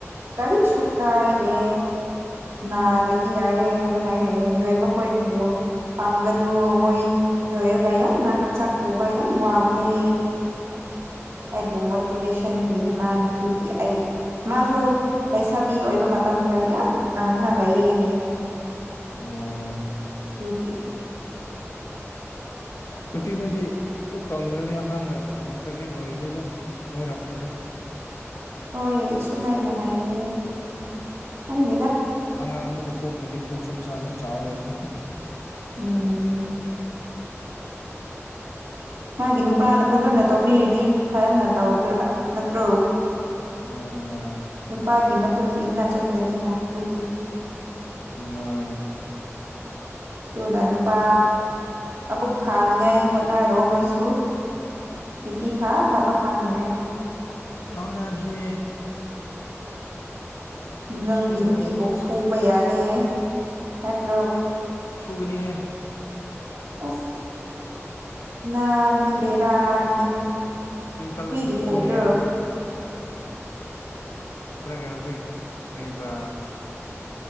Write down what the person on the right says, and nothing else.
ꯀꯔꯤꯁꯨ ꯀꯥꯏꯗꯦ ꯅꯥꯗ꯭ꯔꯗꯤ ꯌꯥꯔꯦꯅ ꯍꯥꯏ ꯍꯥꯏꯌꯦ ꯅꯣꯏꯕ ꯈꯣꯏꯕꯨ ꯄꯥꯝꯒꯅꯨ ꯃꯣꯏ ꯅꯣꯏꯔꯒ ꯌꯥꯝꯅ ꯍꯛꯆꯥꯡ ꯄꯨꯕ ꯌꯥꯝ ꯋꯥꯕꯅꯦ ꯑꯩꯕꯨ ꯃꯣꯇꯤꯚꯦꯁꯟ ꯄꯤꯅꯦ ꯃꯥꯅ ꯑꯗꯨꯒꯤ ꯑꯩ ꯃꯥꯁꯨ ꯂꯩꯁꯥꯕꯤ ꯑꯣꯏꯕ ꯃꯇꯝꯗ ꯌꯥꯝ ꯀꯪꯅ ꯂꯩꯌꯦ ꯍꯥꯏꯌꯦ ꯫
ꯔꯨꯀꯤ
ꯍꯣꯏ ꯁꯨꯃꯥꯏꯅ ꯍꯥꯏꯌꯦ ꯈꯪꯗꯦꯗ
ꯎꯝ ꯃꯥꯒꯤ ꯅꯨꯄꯥꯅ ꯐꯖꯅ ꯇꯧꯕꯤꯔꯗꯤ ꯐꯖꯅ ꯇꯧꯗꯣꯏꯕ ꯅꯠꯇ꯭ꯔꯣ
ꯅꯨꯄꯥꯒꯤ ꯃꯇꯨꯡ ꯏꯟꯅ ꯆꯠꯂꯅꯤꯅ ꯑꯗꯨꯗꯤ
ꯑꯗꯨꯅ ꯅꯨꯄꯥ ꯃꯕꯨꯛ ꯐꯥꯅꯤꯉꯥꯏ ꯍꯣꯠꯅꯔꯣ ꯅꯣꯏꯁꯨ ꯅꯨꯄꯤ ꯐꯥ ꯐꯥꯕ ꯐꯥꯡꯅꯤꯉꯥꯏ
ꯅꯪꯒꯤ ꯅꯨꯄꯤꯕꯨ
ꯐꯨꯕ ꯌꯥꯗꯦ ꯅꯠꯇ꯭ꯔꯣ
ꯑꯁ ꯅꯪꯗꯤ ꯕꯦꯔꯥꯅꯤꯍꯦ
ꯀ꯭ꯔꯤꯒꯤ
ꯐꯨꯒꯦꯔꯣ